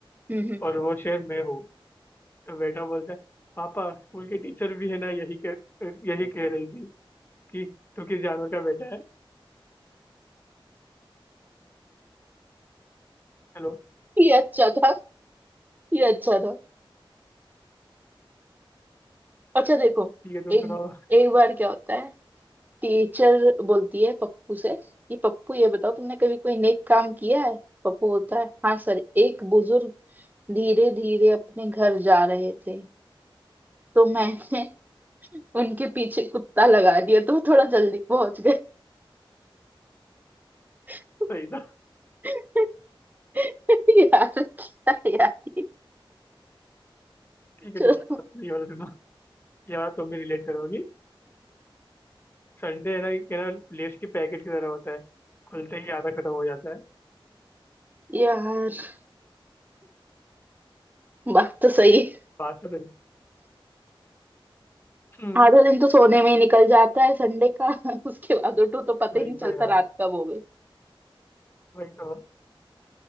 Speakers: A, on the right (about 20°); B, on the left (about 25°).
A: हम्म हम्म
B: और वो शेर मैं हूँ तो बेटा बोलता है पापा स्कूल की टीचर भी है ना यही कह यही कह रही थी कि तू किस जानवर का बेटा है चलो
A: ये अच्छा था ये अच्छा था अच्छा देखो
B: ठीक है तुम
A: एक
B: सुनाओ
A: एक बार क्या होता है टीचर बोलती है पप्पू से कि पप्पू ये बताओ तुमने कभी कोई नेक काम किया है पप्पू बोलता है हाँ सर एक बुजुर्ग धीरे धीरे अपने घर जा रहे थे तो मैंने <laughs> उनके पीछे कुत्ता लगा दिया तो वो थोड़ा जल्दी पहुंच गए
B: सही था
A: <laughs> <laughs> यार क्या यार
B: ठीक है
A: चलो
B: ठीक है और ये वाला सुनो ये वाला तुम भी रिलेट करोगी संडे है ना ये ना लेस की पैकेट की तरह होता है खुलते ही आधा खत्म हो जाता है
A: यार बात तो सही है।
B: बात तो सही हम्म,
A: आधा दिन तो सोने में ही निकल जाता है संडे का <laughs> उसके बाद उठो तो पता
B: वही
A: ही नहीं चलता
B: तो यार
A: रात कब हो गई
B: वही तो